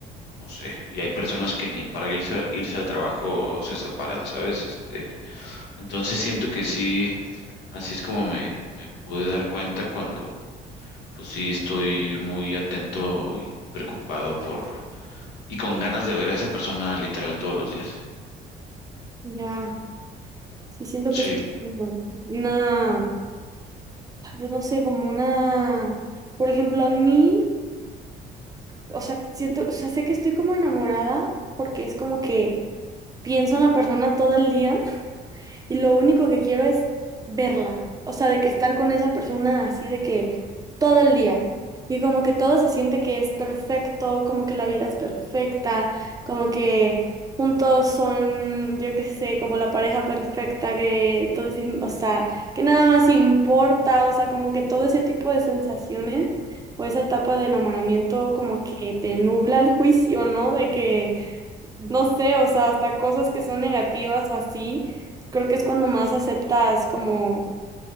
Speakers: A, on the left; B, on the right.
A: no sé, y hay personas que ni para irse, irse al trabajo se separan, ¿sabes? Este, entonces siento que sí, así es como me, me pude dar cuenta cuando, pues sí, estoy muy atento y preocupado por, y con ganas de ver a esa persona literal todos los días.
B: Ya, sí siento
A: Sí,
B: que es como una, tal vez no sé, como una, por ejemplo, a mí, o sea, siento, o sea, sé que estoy como enamorada porque es como que pienso en la persona todo el día y lo único que quiero es verla, o sea, de que estar con esa persona así de que todo el día. Y como que todo se siente que es perfecto, como que la vida es perfecta, como que juntos son, yo qué sé, como la pareja perfecta, que todo es, im- o sea, que nada más importa, o sea, como que todo ese tipo de sensaciones o esa etapa de enamoramiento como que te nubla el juicio, ¿no? De que no sé, o sea, hasta cosas que son negativas o así, creo que es cuando más aceptas como